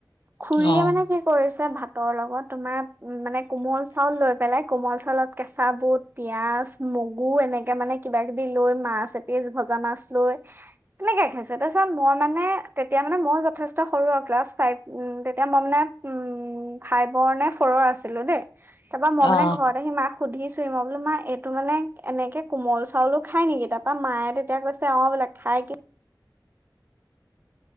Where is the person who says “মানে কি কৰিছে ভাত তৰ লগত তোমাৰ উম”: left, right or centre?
Right